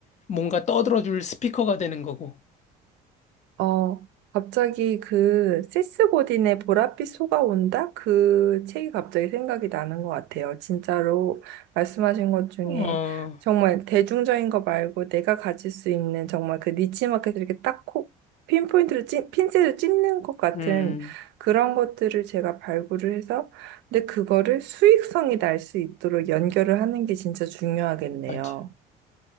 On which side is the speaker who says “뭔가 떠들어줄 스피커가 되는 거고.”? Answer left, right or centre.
Left